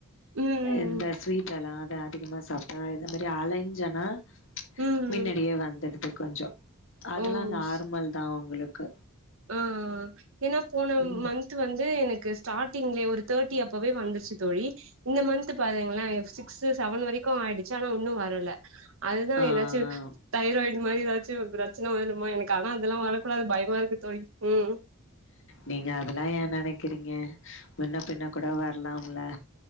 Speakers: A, on the right; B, on the left.
A: ம் ம்
B: இந்த ஸ்வீட்டல்லா த அதிகமா சாப்ட்டா இந்த மாரி அலஞ்சனா
A: ம் ம்
B: மின்னடியே வந்துடுது கொஞ்சோ அதல்லா
A: ஓ
B: நார்மல்
A: ஸ்
B: தா உங்களுக்கு
A: ஆ ஏன்னா போன
B: ம்
A: மன் த் வந்து எனக்கு ஸ்டாட்டிங்லே ஒரு தேர்டி அப்பவே வந்துருச்சு தோழி இந்த மன்த் பாருங்களே சிக்ஸு சவன் வரைக்கு ஆயிடுச்சு அனா உன்னு வரல அதுதா
B: ஆ ஆ
A: எதாச்சு தைராய்டு மாரி எதாச்சு பிரச்சன வருமா எனக்கு அனா அதல்லா வர கூடாது பயமா இருக்கு தோழி ம்
B: நீங்க அதல்லா ஏ நெனைக்கறீங்க முன்ன பின்ன கூட வ ர்லாமல்ல